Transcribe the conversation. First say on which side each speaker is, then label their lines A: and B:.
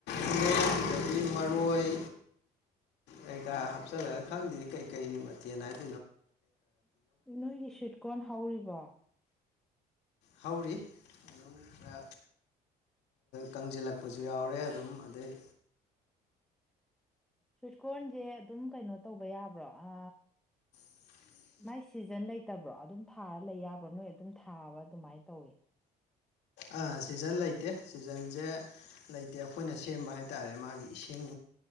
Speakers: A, on the left; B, in the centre.
A: ꯌꯦꯗꯒꯤ ꯃꯔꯣꯏ ꯑꯩ ꯀꯥ ꯍꯥꯞꯆꯜꯂꯒ ꯈꯪꯗꯦ ꯀꯩꯀꯩ ꯃꯊꯦꯜ ꯍꯥꯏ
B: ꯎ ꯅꯣꯏꯒꯤ ꯁꯨꯏꯠꯀꯣꯟꯟ ꯍꯧꯔꯤꯕꯣ
A: ꯍꯧꯥꯎꯔꯤ ꯑꯗꯨ ꯑ ꯀꯪꯁꯤꯜꯂꯛꯄꯁꯨ ꯌꯥꯎꯔꯦ ꯑꯗꯨꯝ ꯑꯗꯩ
B: ꯁ꯭ꯋꯤꯠꯀꯟꯁꯦ ꯑꯗꯨꯝ ꯀꯩꯅꯣ ꯇꯧꯕ ꯌꯥꯕ꯭ꯔꯣ ꯑ
A: ꯎꯝ
B: ꯃꯥꯏ ꯁꯤꯖꯟ ꯂꯩꯇꯕ꯭ꯔꯣ ꯑꯗꯨꯝ ꯊꯥꯔ ꯂꯩ ꯌꯥꯕ꯭ꯔꯥ ꯅꯣꯏ ꯑꯗꯨꯝ ꯊꯥꯕ ꯑꯗꯨꯃꯥꯏꯅ ꯇꯧꯋ
A: ꯑꯥ ꯁꯤꯖꯟ ꯂꯩꯇꯦ ꯁꯤꯖꯟꯁꯦ ꯂꯩꯇꯦ ꯑꯩꯈꯣꯏꯅ ꯁꯦꯝꯕ ꯍꯥꯏ ꯇꯥꯔꯦ ꯃꯥꯒꯤ ꯏꯁꯤꯡ